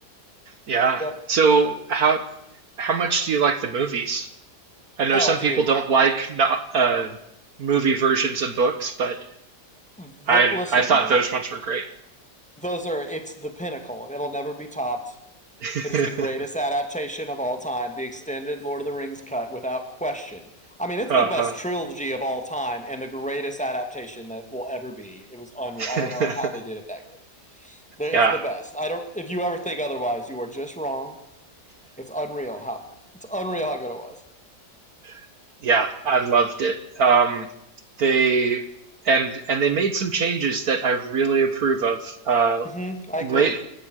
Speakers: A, on the right; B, in the centre.
A: Yeah.
B: Yep.
A: So how how much do you like the movies? I know
B: Oh,
A: some
B: dude,
A: people don't like no- uh, movie versions of books, but
B: the,
A: I
B: listen
A: I thought
B: to me.
A: those ones were great.
B: those are it's the pinnacle. It'll never be topped.
A: <laughs>
B: It is the greatest adaptation of all time, the extended Lord of the Rings cut without question. I mean, it's
A: Uh
B: the best trilogy of all time and the greatest adaptation that will ever be. It was unreal.
A: huh.
B: I don't know how they did it that good. It's
A: <laughs> yeah.
B: the best. I don't if you ever think otherwise, you are just wrong. It's unreal how it's unreal how good it was.
A: <laughs> yeah, I loved it. Um, they and and they made some changes that I really approve of. Uh,
B: hmm I
A: Le
B: agree.